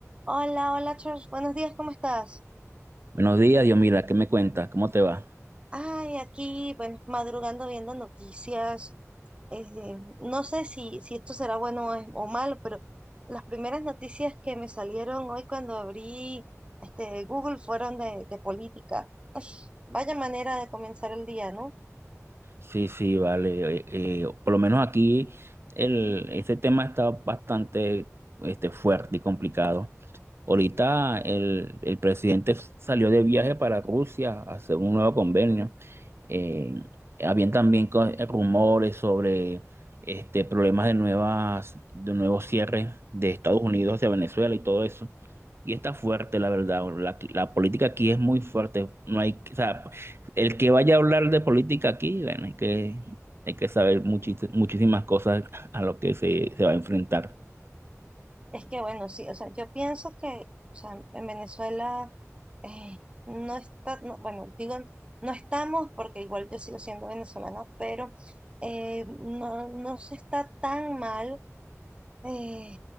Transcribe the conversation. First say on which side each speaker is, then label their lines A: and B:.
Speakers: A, on the right (about 20°); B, on the right (about 50°).
A: Hola, hola Charles, buenos días, ¿cómo estás?
B: Buenos días, Dios, mira, ¿qué me cuentas? ¿Cómo te va?
A: Ay, aquí, bueno, madrugando viendo noticias. eh, no sé si, si esto será bueno o, es- o malo, pero las primeras noticias que me salieron hoy cuando abrí este Google fueron de, de política. Ay, vaya manera de comenzar el día, ¿no?
B: Sí, sí, vale. eh, eh, por lo menos aquí el, este tema está bastante este, fuerte y complicado. Ahorita el, el presidente salió de viaje para Rusia a hacer un nuevo convenio. Eh, habían también co- eh, rumores sobre este, problemas de nuevas, de nuevos cierres de Estados Unidos hacia Venezuela y todo eso. Y está fuerte, la verdad. La, la política aquí es muy fuerte. No hay, o sea, El que vaya a hablar de política aquí, bueno, hay que, hay que saber muchis- muchísimas cosas a lo que se, se va a enfrentar.
A: Es que bueno, sí, o sea, yo pienso que, o sea, en Venezuela eh, no está, no, bueno, digo, no estamos porque igual yo sigo siendo venezolana, pero eh, no, no se está tan mal eh,